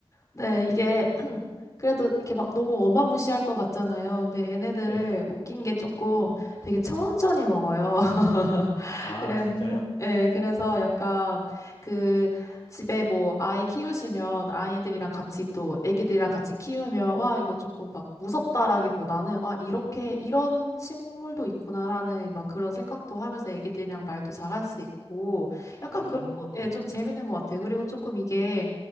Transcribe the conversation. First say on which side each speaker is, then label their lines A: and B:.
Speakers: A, on the left; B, on the left.
A: 네, 이게 <clears throat> 그래도 이렇게 막 너무 어마무시할 것 같잖아요. 근데 얘네들을
B: 네.
A: 웃긴 게 조금 되게 천천히 먹어요. <laughs>
B: 아,
A: 그래,
B: 진짜요?
A: <laughs> 예, 그래서 약간 그 집에 뭐 아이 키우시면 아이들이랑 같이 또 애기들이랑 같이 키우면 와, 이거 조금 막 무섭다라기보다는 아, 이렇게 이런 식물도 있구나라는 막 그런 생각도 하면서 애기들이랑 말도 잘할 수 있고 약간
B: 음,
A: 그런 거, 예, 좀 재밌는 것 같아요. 그리고 조금 이게